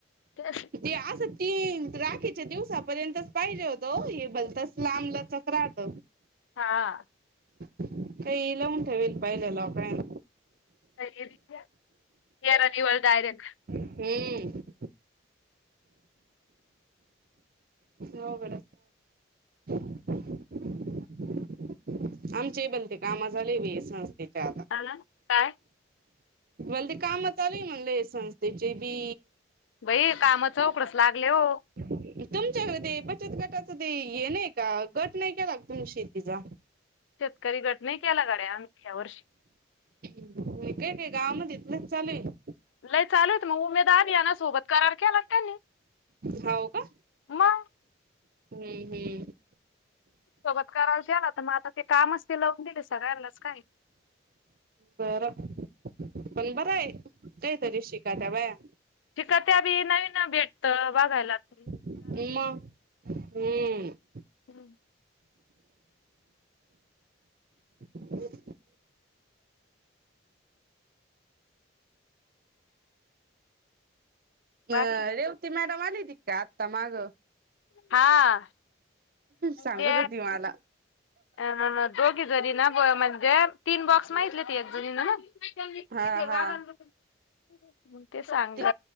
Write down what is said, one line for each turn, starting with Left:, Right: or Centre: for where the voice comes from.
Left: तेच
Right: ते असं तीन राखीच्या दिवसापर्यंतच पाहिजे होतं ओ बलतस लांबलचक राहत.
Left: हा
Right: काही लावून ठेवेल पाहिले लोकायन.
Left: <unintelligible> डयरेक्ट.
Right: हम्म. हो बड <unintelligible> आमचे बलते कामा झाले व संस्थेच्या आता.
Left: <unintelligible> काय?
Right: मला ते काम आलंय म्हणले संस्थेचे बी.
Left: भाई काम चौकडच लागले हो.
Right: तुमच्याकडे ते बचत गटाच ते येनय का गट नाही का लागत तुम शेतीचा.
Left: शेतकरी गट नाही केला गड्या आणख्या वर्षी.
Right: म काय ते गाव मध्ये इथलंच चालू आहे.
Left: लई चालू मग उमेद आधी याना सोबत करार केला त्यांनी.
Right: हाव का?
Left: मंग.
Right: हम्मं हम्मं.
Left: सोबत करार केला आता म आता ते कामच ते लावून दिले सगळल्यांनाच काय.
Right: बर पण बरं आहे काहीतरी शिका त्या बाया.
Left: शिकत्या बी नवीन भेटतं बघायला तही.
Right: मंग हम्म.
Left: हम्म.
Right: <inaudible> ह
Left: बाकी
Right: रेवती मॅडम आलिदी का आत्ता माग.
Left: हा.
Right: सांगत
Left: ते
Right: होती मला.
Left: अ दोघी झरी ना ब म्हणजे तीन बॉक्स म इेतले त एक झरी नवं. <unintelligible>
Right: हा हा
Left: म ते सांग
Right: ती